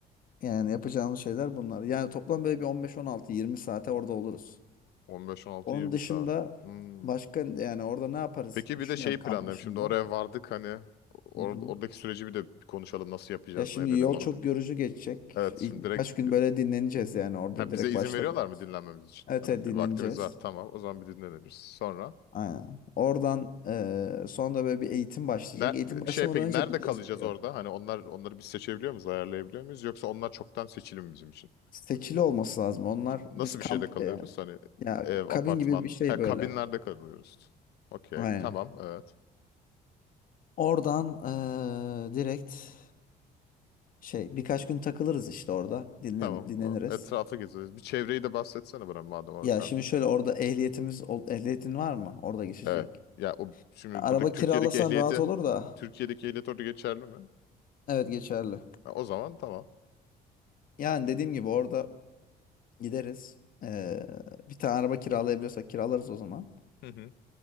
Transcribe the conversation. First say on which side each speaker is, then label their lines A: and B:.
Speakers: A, on the left (about 55°); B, on the left (about 75°).
A: Yani yapacağımız şeyler bunlar. Yani toplam böyle bir on beş on altı yirmi saate orada oluruz.
B: on beş on altı,
A: Onun
B: yirmi
A: dışında
B: saat. Hmm.
A: başka yani orada ne yaparız
B: Peki bir
A: düşünüyorum
B: de şeyi planlayalım.
A: kamp dışında.
B: Şimdi oraya vardık hani or-
A: Hı hı.
B: oradaki süreci bir de bir konuşalım. Nasıl yapacağız,
A: Ya şimdi
B: ne edelim
A: yol
B: onu.
A: çok
B: plan-
A: yorucu geçecek.
B: Evet şimdi
A: İlk birkaç
B: direkt
A: gün
B: bir-
A: böyle dinleneceğiz yani orada
B: ha,
A: direkt
B: bize izin
A: başlamıyoruz.
B: veriyorlar mı dinlenmemiz için?
A: Evet,
B: Hani
A: evet
B: bir
A: dinleneceğiz.
B: vaktimiz var tamam. O zaman bir dinleniriz. Sonra
A: Aynen. Oradan eee sonra böyle bir eğitim başlayacak.
B: Ne,
A: Eğitim
B: şey
A: başlamadan
B: peki
A: önce
B: nerede
A: bir gezdiriyor.
B: kalacağız orada? Hani onlar onları biz seçebiliyor muyuz, ayarlayabiliyor muyuz? Yoksa onlar çoktan seçili mi bizim için?
A: Seçili olması lazım. Onlar
B: Nasıl
A: biz kamp
B: bir şeyde kalıyoruz?
A: yani
B: Hani
A: ya
B: ev, apartman,
A: kabin gibi bir şey
B: ha
A: böyle.
B: kabinlerde kalıyoruz. Okey,
A: Aynen.
B: tamam, evet.
A: Oradan eee, direkt şey birkaç gün takılırız işte orada dinlen
B: Tamam,
A: dinleniriz.
B: o etrafı gezeriz. Bir çevreyi de bahsetsene bana madem orada
A: Ya
B: sen.
A: şimdi şöyle orada ehliyetimiz ol- ehliyetin var mı? Orada geçecek.
B: Evet, ya o şimdi
A: Araba
B: buradaki Türkiye'deki
A: kiralasan
B: ehliyeti,
A: rahat olur da
B: Türkiye'deki ehliyet orada geçerli mi?
A: Evet geçerli.
B: Ha, o zaman tamam.
A: Yani dediğim gibi orada gideriz. Ee, bir tane araba kiralayabiliyorsak kiralarız o zaman.
B: Hı hı.